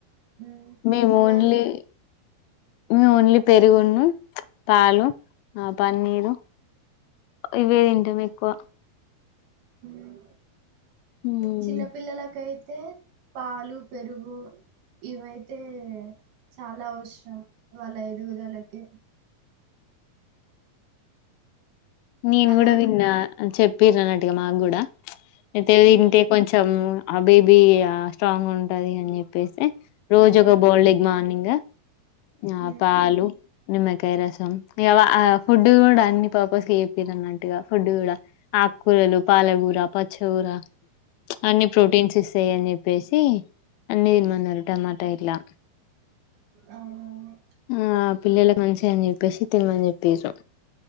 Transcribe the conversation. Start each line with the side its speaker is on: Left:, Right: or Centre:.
Right: ఉమ్
Left: మేము
Right: అలా
Left: ఓన్లీ మీ ఓన్లీ పెరుగును పాలు ఆ పన్నీరు ఇవేం <unintelligible> ఎక్కువ
Right: మ్
Left: మ్మ్.
Right: చిన్నపిల్లలాకై తె పాలు పెరుగు ఇవైతే హే చాలా అవసరం వాళ్ళ ఎదుగుదలకి
Left: నేను
Right: అలానే
Left: కూడా విన్నా చెప్ పీర నాటిక మా కూడా అయితే తింటే
Right: ఉమ్
Left: కొంచెం ఆ బేబీ స్ట్రాంగ్ ఉంటది అని చెప్పేసి రోజు ఒక బోల్డగ్ మార్నింగ్ హు ఆ
Right: ఉమ్
Left: పాాలు నిమ్మకాయ రసం, ఇకా అ ఫుడ్ కూడా అన్ని పర్పస్ ఏపీరు అన్నట్టుగా ఫుడ్ కూడా ఆకుకూరలు పాలకూర ప చవురా అన్ని ప్రోటీన్స్ ఇస్తాయి అని చెప్పేసి అన్ని తినమన్నారు కట్ట మాట ఇట్లా
Right: అవునవును
Left: మ్ అ పిల్లలలకు మంచియ అని చెప్పేసి తినమని చెప్పిర్రు